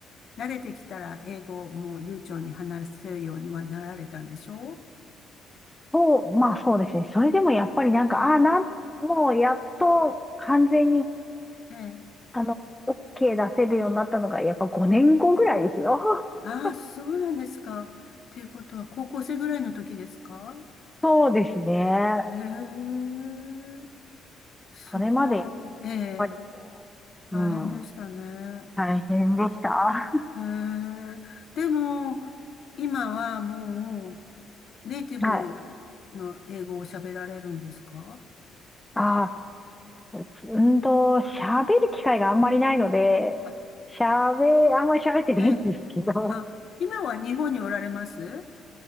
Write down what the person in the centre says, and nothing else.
そう、まあそうですね。それでもやっぱりなんか、
ああ、なん、もうやっと完全に、
あの、OK 出せるようになったのが、やっぱ5年後ぐらいですよ。<laughs>
そうですね。
それまでやっ
ぱりこう、
うん。大変でした。<laughs>
はい。ああ、うんと、喋る機会があんまりないので、
喋、あんまり喋ってないんですけど、